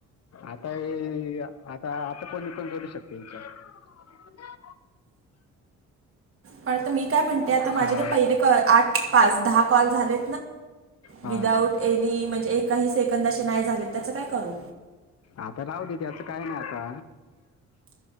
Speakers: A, on the left (about 55°); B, on the right (about 45°).
A: आता हे आता - आता कोणी कोण करू शकते विचार. हो ना
B: पण आता मी काय म्हणते. आता माझे
A: हा
B: ते पहिले, आठ पाच दहा कॉल झाले.
A: हा
B: विदाउट एनी म्हणजे एकेकाही सेकंद असे नाही झाले त्याचं काय करू?
A: आता राह दे त्याचं काय नाही आता.